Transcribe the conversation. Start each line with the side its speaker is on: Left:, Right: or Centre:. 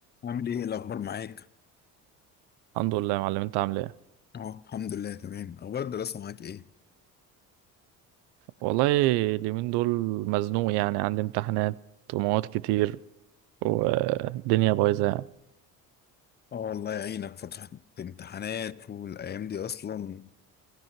Left: عامل ايه إيه الاخبار معاك
Right: الحمد لله يا معلم انت عامل ايه
Left: اه الحمد لله تمام اخبار الدراسه معاك ايه
Right: والله اليومين دول مزنوق يعني عندي امتحانات ومواد كتير والدنيا بايظه يعني
Left: اه الله يعينك فتره امتحانات والايام دي اصلا